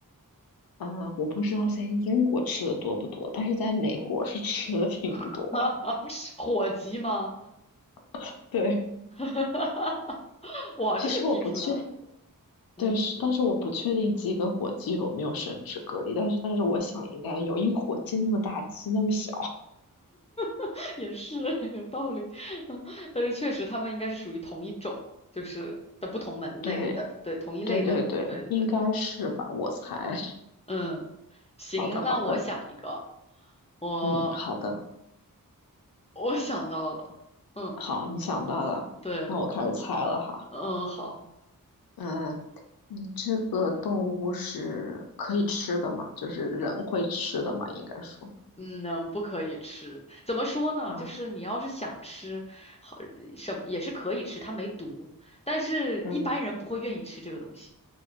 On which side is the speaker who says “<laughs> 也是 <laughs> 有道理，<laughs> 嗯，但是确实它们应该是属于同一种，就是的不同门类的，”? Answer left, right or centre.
Left